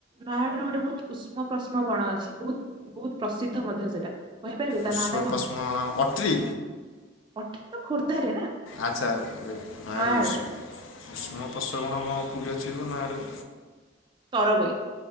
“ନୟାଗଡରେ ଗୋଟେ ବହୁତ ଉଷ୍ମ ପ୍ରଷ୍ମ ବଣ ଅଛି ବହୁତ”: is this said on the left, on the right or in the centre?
Right